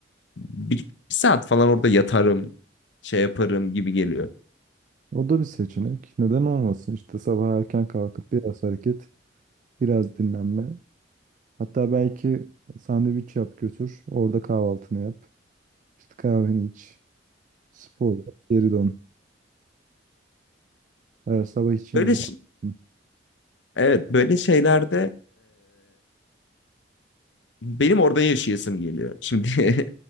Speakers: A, on the left; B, on the right.
A: bir, bir saat falan orada yatarım, şey yaparım gibi geliyor.
B: O da bir seçenek. Neden olmasın? İşte sabah erken kalkıp biraz hareket, biraz dinlenme. Hatta belki sandviç yap götür, orada kahvaltını yap. İşte kahveni iç, spor yap, geri dön. Her sabah için
A: Böyle
B: güzel.
A: ş-
B: Hı
A: evet böyle şeylerde Benim orada yaşayasım geliyor. Şimdi <laughs>